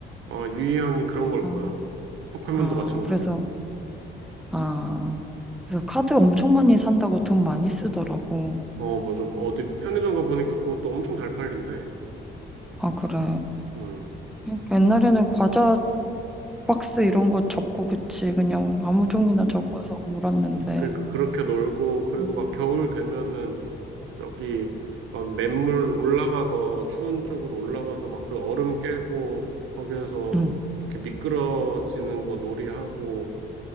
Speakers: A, on the right (about 85°); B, in the centre.
A: 아, 유희양이 그런 걸
B: 음.
A: 거야. 포켓몬도
B: 아,
A: 마찬가지고.
B: 그래서 아, 그래서 카드 엄청 많이 산다고 돈 많이 쓰더라고.
A: 어, 맞아. 뭐 어디 편의점 가보니까 그것도 엄청 잘 팔린대.
B: 아, 그래.
A: 음,
B: 그러니까 옛날에는 과자 박스 이런 거 접고 그치. 그냥 아무 종이나 접어서 놀았는데.
A: 그러니까 그렇게 놀고, 그리고
B: 음.
A: 막 겨울 되면은 저기 막 냇물 올라가서, 추운 쪽으로 올라가서 막 그 얼음 깨고, 거기에서
B: 응.
A: 이렇게 미끄러지는 거 놀이하고,